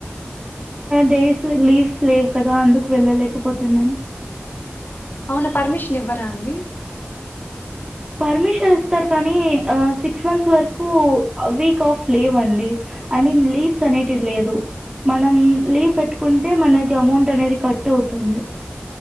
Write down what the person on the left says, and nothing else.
అవున పర్మిషన్ ఇవ్వరా అండి.